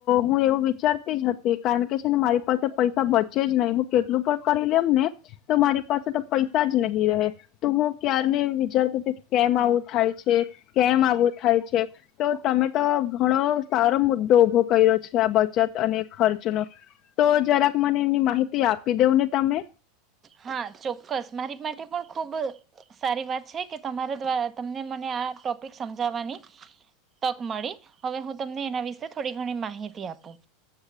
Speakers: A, on the left (about 45°); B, on the right (about 30°).
A: હું એવું વિચાર જ હતી કારણ કે, છે ને મારી પાસે પૈસા બચે જ નહી હું કેટલું પણ કરી લેમ ને તો મારી પાસે તો પૈસા જ નહીં રહે. તો હું ક્યારે વિચારતી હતી કેમ આવું થાય છે, કેમ આવું થાય છે, તો તમે તો ઘણો સારો મુદ્દો ઊભો કર્યો છે આ બચત. અને ખર્ચ નો તો જરાક મને એમની માહિતી આપી દેવ ને તમે.
B: હા, ચોક્કસ મારી માટે પણ ખુબ સારી વાત છે કે તમારા દ્વારા તમને મને આ ટોપિક સમજાવવાની તક મળી. હવે હું તમને એના વિશે થોડી ઘણી માહિતી આપું.